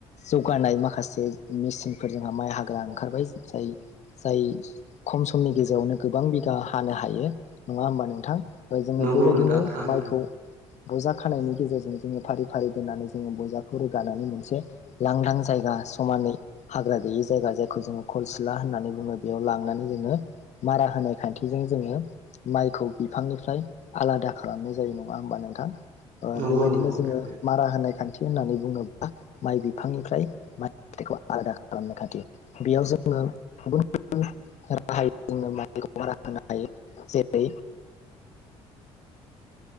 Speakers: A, on the left (about 55°); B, on the right (about 70°).
A: जौगानाय माखासे मेसिनफोर जोंहा माइ हाग्रा ओंखारबाय जाय जाय खम समनि गेजेरावनो गोबां बिघा हानो हायो नङा होमबा नोंथां? ओ जोङो
B: नंगौ
A: बेबायदिनो
B: नोंथां थारैनो
A: माइखौ बजा खानायनि गेजेरजों जोङो फारि फारि दोननानै जोङो बजाखौ रोगानानै मोनसे लांदां जायगा समानै हाग्रा गैयि जायगा जायखौ जोङो खलसिला होननानै बुङो बेयाव लांनानै जोङो मारा होनाय खान्थिजों जोङो माइखौ बिफांनिफ्राय आलादा खालामनाय जायो नङा होमबा नोंथां? ओ
B: नंगौ
A: बेबायदिनो
B: नंगौ
A: जोङो
B: थारैनो
A: मारा होनाय खान्थि होननानै बुङोब्ला माइ बिफांनिफ्राय माइखौ आलादा खालामनाय खान्थि बेयाव जोङो गुबुन गुबुन राहायै जोङो माइखौ मारा होनो हायो जेरै